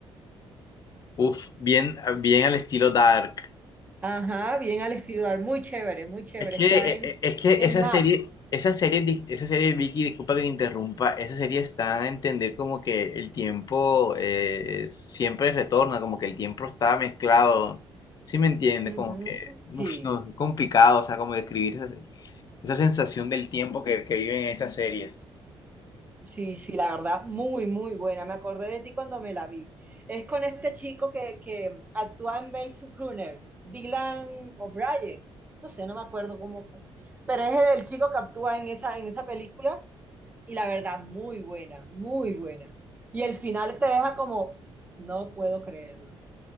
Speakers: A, on the left; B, on the right.
A: Uf, bien, bien al estilo Dark.
B: Ajá, bien al estudiar, muy chévere, muy chévere.
A: Es que,
B: Está
A: eh,
B: en,
A: eh, es que
B: en
A: esa
B: Maps.
A: serie, esa serie, di- esa serie, Vicky, disculpa que te interrumpa, esa serie está a entender como que el tiempo eh, siempre retorna, como que el tiempo está mezclado, ¿sí me entiendes?
B: Ujú,
A: Como que, uf,
B: sí.
A: no, es complicado, o sea, como describir esa, esa sensación del tiempo que, que viven en esas series.
B: Sí, sí, la verdad, muy, muy buena. Me acordé de ti cuando me la vi. Es con este chico que, que actúa en Maze Runner, Dylan O'Brien. No sé, no me acuerdo cómo, pero es el chico que actúa en esa, en esa película y la verdad, muy buena, muy buena. Y el final te deja como, no puedo creerlo.